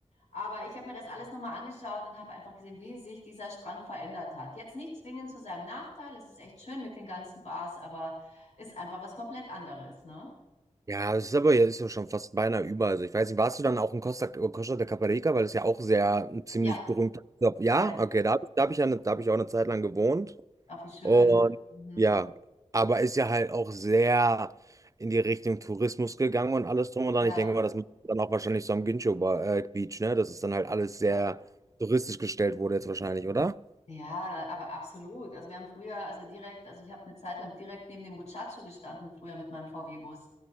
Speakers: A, on the left; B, on the right.
A: aber ich habe mir das alles nochmal angeschaut und habe einfach gesehen, wie sich dieser Strand verändert hat. Jetzt nicht zwingend zu seinem Nachteil, es ist echt schön mit den ganzen Bars, aber ist einfach was komplett anderes, ne?
B: Ja, das ist aber jetzt ja schon fast beinahe über. Also ich weiß nicht, warst du dann auch in Costa, Costa de Caparica, weil das ja auch sehr ein ziemlich
A: Ja,
B: berühmt. Ja,
A: ja,
B: okay, da, hab ich- da habe ich ja, eine- da habe ich auch eine Zeit lang gewohnt.
A: auch wie schön.
B: Und
A: Mhm.
B: ja, aber ist ja halt auch sehr in die Richtung Tourismus gegangen und alles drum und dran.
A: Ja,
B: Ich denke mal, das macht dann auch wahrscheinlich so am Gincho Ba- äh, Beach, ne? Dass es dann halt alles sehr
A: ja.
B: touristisch gestellt wurde jetzt wahrscheinlich, oder?
A: Ja, aber absolut. Also wir haben früher, also direkt, also ich habe eine Zeit lang direkt neben dem Muchacho gestanden, früher mit meinem VW-Bus.